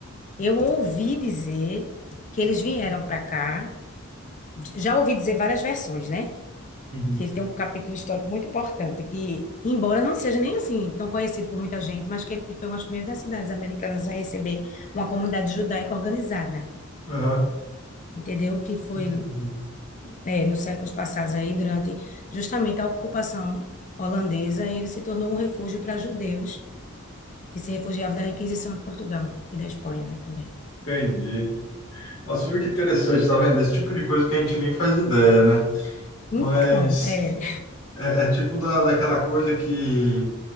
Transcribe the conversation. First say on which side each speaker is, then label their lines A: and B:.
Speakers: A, on the left (about 35°); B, on the left (about 65°).
A: eu ouvi dizer que eles vieram para cá, já ouvi dizer várias versões, né?
B: Uhum.
A: que ele tem um capítulo histórico muito importante, que, embora não seja nem assim tão conhecido por muita gente, mas que ele foi uma das primeiras cidades americanas a receber uma comunidade judaica organizada,
B: Aham,
A: entendeu? Que foi
B: entendi.
A: é, nos séculos passados aí, durante justamente a ocupação holandesa, e ele se tornou um refúgio para judeus que se refugiavam da Inquisição de Portugal e da Espanha, né, também.
B: Entendi. Nossa, viu que interessante, tá vendo? Esse tipo de coisa que a gente nem faz ideia, né?
A: Então,
B: Mas
A: é,
B: é, é tipo da, daquela coisa que